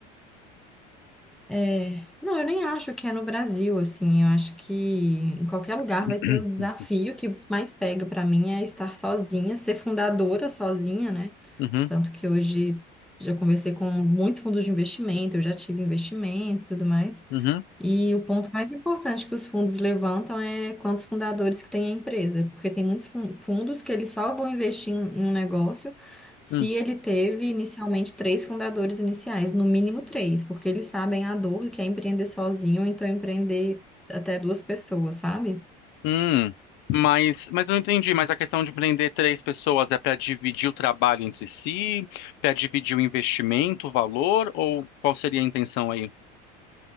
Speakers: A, in the centre; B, on the left.
A: É, não, eu nem acho que é no Brasil, assim, eu acho que em qualquer lugar
B: <clears throat>
A: vai ter o desafio que mais pega pra mim é estar sozinha, ser fundadora sozinha, né?
B: Uhum,
A: Tanto que hoje já conversei com muitos fundos de investimento, eu já tive investimento e tudo mais.
B: uhum,
A: E o ponto mais importante que os fundos levantam é quantos fundadores que tem a empresa, porque tem muitos fun- fundos que eles só vão investir em em um negócio se
B: hum.
A: ele teve inicialmente três fundadores iniciais, no mínimo três, porque eles sabem a dor que é empreender sozinho, então empreender até duas pessoas, sabe?
B: Hum. Mas, mas eu não entendi, mas a questão de empreender três pessoas é para dividir o trabalho entre si, para dividir o investimento, o valor, ou qual seria a intenção aí?